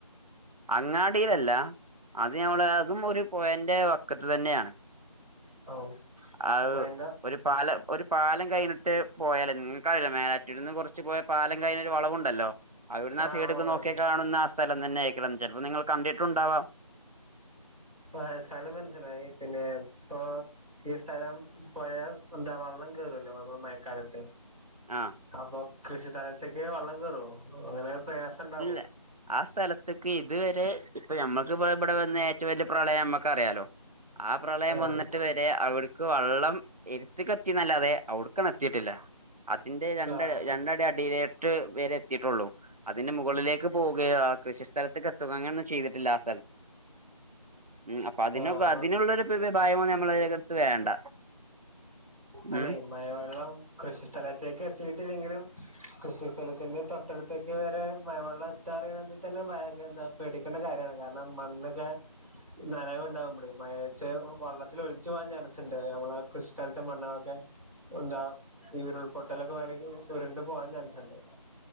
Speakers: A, on the right; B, in the centre.
A: അങ്ങാടിയിലല്ല. അത് ഞമ്മളെ, അതും ഒരു പൊഴാന്റെ വക്കത്ത് തന്നെയാണ്.
B: ഓ.
A: ആ
B: പോയന്റ
A: ഒരു പാലം, ഒരു പാലം കഴിഞ്ഞിട്ട് പോയാലേ നിങ്ങക്കാ മേലാറ്റൂരിന്നു കുറച്ച് പോയ പാലം കഴിഞ്ഞൊരു വളവുണ്ടല്ലോ. അവിടുന്നാ
B: ആഹ്
A: സൈഡിക്ക്
B: ഓളമുണ്ട്
A: നോക്കിയ കാണുന്ന സ്ഥലം തന്നെ ആയിരിക്കും. അപ്പൊ നിങ്ങൾ കണ്ടിട്ടുണ്ടാവാം.
B: ആ സ്ഥലം മനസ്സിലായി പിന്നെ ഇപ്പൊ ഈ സ്ഥലം പോഴ, എന്താ വള്ളം കേറുവല്ലോ നമ്മൾ മഴക്കാലത്ത്?
A: ആഹ്
B: അപ്പൊ കൃഷി സ്ഥലത്തൊക്കെ വെള്ളം കേറോ, അങ്ങനെ ഒരു പ്രയാസം ഉണ്ടാവോ?
A: ഇല്ല ആ സ്ഥലത്തക്ക് ഇതുവരെ ഇപ്പൊ നമക്കിപ്പോ ഇവിടെ വന്ന ഏറ്റവും വലിയ പ്രളയം നമ്മക്ക് അറിയാലോ. ആ പ്രളയം
B: ആഹ്
A: വന്നിട്ട് വരെ അവട്ക്ക് വള്ളം എടുത്തക്ക് എത്തിന്നല്ലാതെ അവിടുക്കണ്ട് എത്തിട്ടില്ല. അതിന്റെ രണ്ട
B: ആഹ്
A: രണ്ടടി അടിയിലെ ക്ക വരെ എത്തിട്ടുള്ളൂ. അതിന്റെ മുകളിലേക്ക് പോവുക ആ കൃഷിസ്ഥഥലത്തക്ക് എത്തുക അങ്ങനൊ ഒന്നും ചെയ്തിട്ടില്ല ആ സ്ഥലത്ത് ഉ അപ്പൊ അതിനൊക്ക
B: ആഹ്
A: അതിനുള്ളൊരു ഭായം നമ്മളതിനടുത്ത് വേണ്ട
B: അല്ലെ
A: ഉം
B: മയവള്ളം കൃഷി സ്ഥല ഇക്ക എത്തിയിട്ടില്ലെങ്കിലും കൃഷി സ്ഥലത്തിന്റെ തട്ടടത്തേക്ക് വരെ മ വെള്ളം എത്താ അറിയണൽ തന്നെ ഭയങ്ക <unintelligible> ണ്ട കാര്യമാണ് കാരണം മണ്ണൊക്കെ നനക ഉണ്ടാകുമ്പടും മയത്ത് വള്ള ഒലിച്ചു പോകാൻ ചാൻസ് ഉണ്ട് നമ്മള കൃഷി സ്ഥലത്തെ മണ്ണൊളൊക്കെ എന്താ ഈ ഉരുൾപൊട്ടലൊക്കെ വയ ഉരുണ്ട് പോവാൻ ചാൻസ്ണ്ട്.